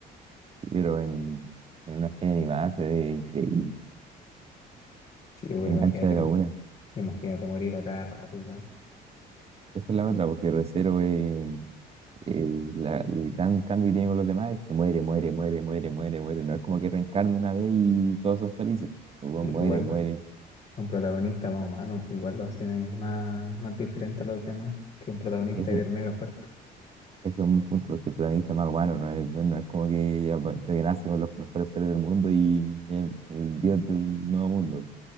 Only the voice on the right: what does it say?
Pero en, en una serie animada se ve increíble,
te
engancha de
la una.
Esa es la otra, porque Re:Zero es eh, la- el gran cambio que tiene con los demás es que muere, muere, muere, muere, muere, muere. No es como que reencarna una vez y todos son felices. El weón
muere,
muere.
Eso,
eso
es un punto, porque el protagonista es más humano, no es, no es como que apa- que nace con los mejores poderes del mundo y el, el dios del nuevo mundo.